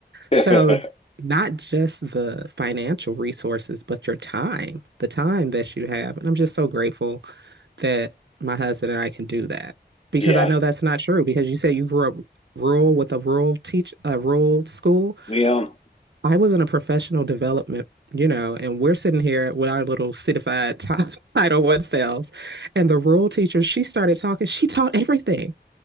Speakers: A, on the left; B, on the right.
A: yeah,
B: So, not just the financial resources, but your time, the time that you have. And I'm just so grateful that my husband and I can do that because
A: yeah.
B: I know that's not true. Because you say you grew up rural with a rural teach, a rural school.
A: You know,
B: I was in a professional development, you know, and we're sitting here with our little certified ti- <laughs> Title One selves. And the rural teacher, she started talking. She taught everything.